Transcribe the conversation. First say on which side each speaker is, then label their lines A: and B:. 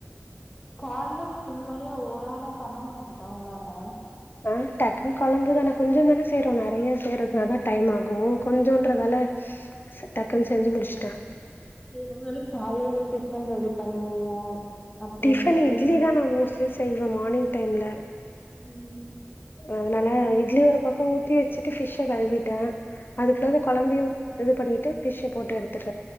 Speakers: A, on the left; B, on the left.
A: கால்ல இருந்து ஃபுல்வேலையு அவங்க ஒரு ஆளா பண்ண முடிஞ்சுதா அவங்களால
B: ஆ டக்குன்னு கொழம்புகள கொஞ்சம்தான செய்றோம் நெறைய செய்றதுனாதா டைம் ஆகு கொஞ்சன்றதால டக்குன்னு செஞ்சு முடிச்சுட்டேன்
A: <unintelligible> காலையல டிஃபன் ரெடி பண்ணுவீங்க அப்புறோ
B: டிஃபன்
A: வந்துட்டு
B: இட்லிதா நா மோஸ்ட்லி செய்வே மார்னிங் டைம்ல
A: ம்
B: அதனால இட்லி ஒரு பக்கோ ஊத்தி வச்சுட்டு ஃபிஷ்ஷ கழுவிட்டே அதுக்குள்ள இந்த கொழந்தையு இது பண்ணிட்டு பிஷ்ஷு போட்டு எடுத்துரு.